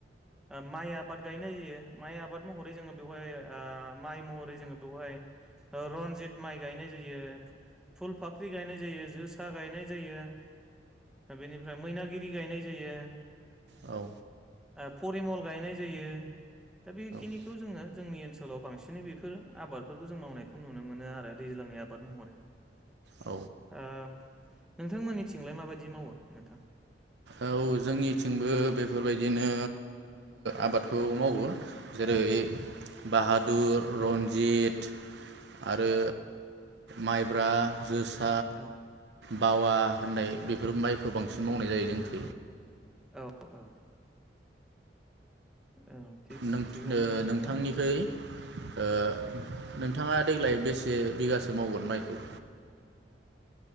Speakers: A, in the centre; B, on the right (about 75°).
A: ओ माइ आबाद गायनाय जायो माइ आबाद महरै जोङो बेवहाय ओ माइ महरै जों बेवहाय ओ रनजित माइ गायनाय जायो फुल फाख्रि गायनाय जायो जोसा गायनाय जायो ओ बेनिफ्राय मैनागिरि फ्रि गायनाय जायो।
B: औ।
A: फरिमल गायनाय जायो दा बेखिनिखौ
B: औ
A: जोङो जोंनि ओनसोलाव बांसिनै बेफोर आबादफोरखौ जों मावनायखौ नुनो मोनो आरो दैज्लांनि आबाद महरै।
B: औ
A: ओ। नोंथांमोननिथिंलाय माबायदि मावो नोंथां।
B: औ जोंनिथिंबो बेफोरबायदिनो आबादखौ मावो जेरै बाहादुर रनजित आरो माइब्रा जोसा।
A: औ।
B: बावा होननाय बेफोर माइखौ बांसिन मावनाय जायो जों
A: औ औ। औ थिग
B: नों ओ
A: थिगनो दं नोंथां।
B: नोंथांनिखै ओ नोंथाङा देग्लाय बेसे बिगासो मावगोन माइखौ।